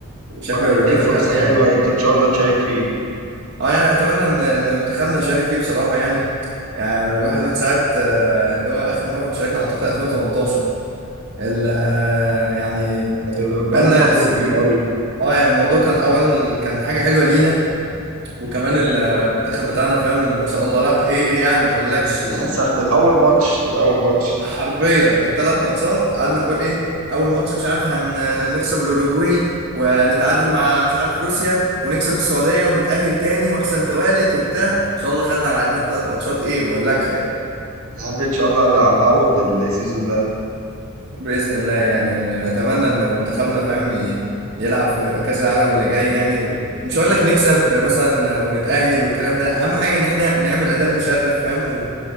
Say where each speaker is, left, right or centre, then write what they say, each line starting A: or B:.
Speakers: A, on the right; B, on the right.
A: شكله
B: فبيديك
A: هيبقى جامد
B: فرصة
A: قوي
B: حلوة
A: يعني
B: انت ان شاء الله تشارك فيه
A: اه يعني أتمنى إن إن منتخبنا يشارك فيه بصراحة يعني يعني الواحد من ساعة آه، اللي هو آخر مرة مشاركنا أعتقد 2018 ال يعني
B: ده بي- بقاله
A: بقالنا
B: فترة
A: س-
B: كبيرة أوي
A: اه يعني الموضوع كان اول كان حاجه حلوه لينا وكمان المنتخب بتاعنا فاهم ما شاء الله راح ايه يعني ما اقولكش
B: بس للأسف من أول ماتش من أول ماتش
A: <laughs> حرفيا الثلاث ماتشات قعدنا نقول ايه اول ماتش مش عارف هنخصم الاوروجواي ونتعادل مع مش عارف روسيا ونكسب السعوديه ونتاهل تاني واحسن توالت وبتاع ان شاء الله خدنا على عيننا الثلاث ماتشات ايه ما اقولكش يعني.
B: يا عم إن شاء الله أنا هنعوض السيزون ده
A: بإذن الله يعني يعني أنا أتمنى إن منتخبنا فاهم ي- يلعب في كأس العالم اللي جاي يعني ومش هقول لك نكسب مثلا ونتأهل والكلام ده أهم حاجة إن إحنا نعمل أداء مشرف فاهم و-